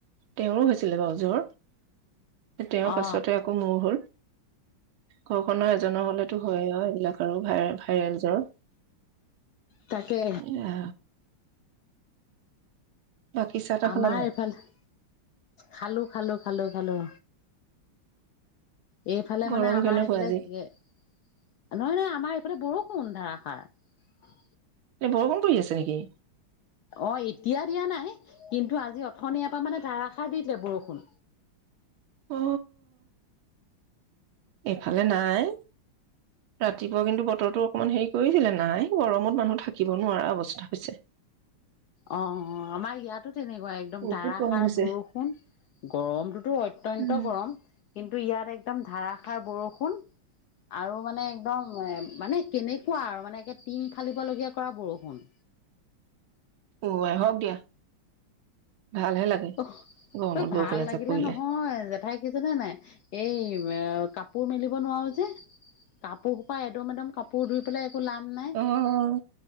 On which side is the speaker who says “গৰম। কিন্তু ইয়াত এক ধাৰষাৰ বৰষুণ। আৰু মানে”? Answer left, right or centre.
Left